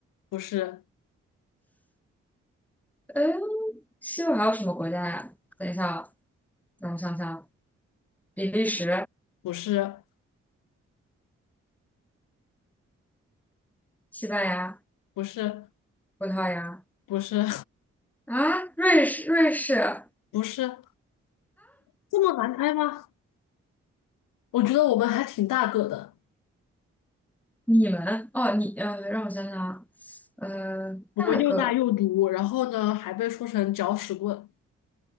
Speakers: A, on the left (about 85°); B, in the centre.
A: 不是，
B: 哎，西欧还有什么国家呀？等一下啊，让我想想啊，比利时、
A: 不是，
B: 西班牙、
A: 不是，
B: 葡萄牙
A: 不是，
B: 啊，瑞士、瑞士，啊，
A: 不是，这么难猜吗？我觉得我们还挺大个的，
B: 你们哦，你呃，让我想想啊，呃，
A: 我们又大又毒，
B: 大个
A: 然后呢还被说成搅屎棍。